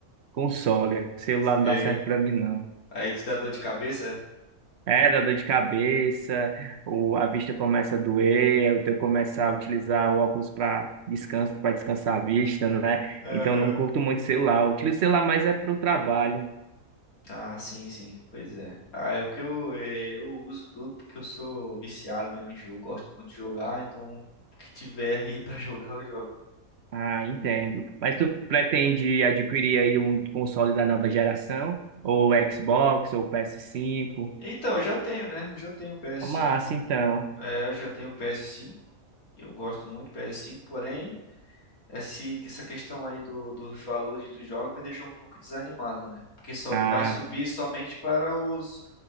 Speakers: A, on the right (about 55°); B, on the left (about 80°).
A: console. Celular não
B: É.
A: dá certo para mim, não.
B: Aí te dá dor de cabeça?
A: É, dá dor de cabeça, ou a vista começa a doer, aí eu tenho que começar a utilizar o óculos para descanso, para descansar a vista, né?
B: é?
A: Então
B: Aham.
A: eu não curto muito celular. Eu utilizo celular mais é para o trabalho.
B: Ah, sim, sim, pois é. Ah, é o que eu, é, eu uso tudo porque eu sou viciado mesmo em jogo, gosto muito de jogar, então o que tiver aí <laughs> pra jogar eu jogo.
A: Ah, entendo. Mas tu pretende adquirir aí um console da nova geração? Ou Xbox, ou PS5?
B: Então, eu já tenho, né? Eu já tenho o PS5,
A: Massa, então.
B: é, eu já tenho o PS5, eu gosto muito do PS5, porém, esse, essa questão aí do- dos valores dos jogos me deixou um pouco desanimado, né? Porque só
A: Ah,
B: vai subir somente para os